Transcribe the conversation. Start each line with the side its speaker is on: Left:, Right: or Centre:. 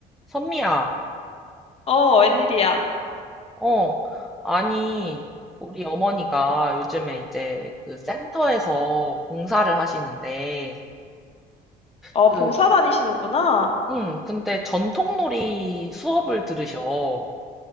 Centre: 선미야,
Left: 어, 웬일이야?
Centre: 어, 아니, 우리 어머니가 요즘에 이제 그 센터에서 봉사를 하시는데,
Left: 어,
Centre: 그,
Left: 봉사 다니시는구나.
Centre: 응, 근데 전통놀이 수업을 들으셔.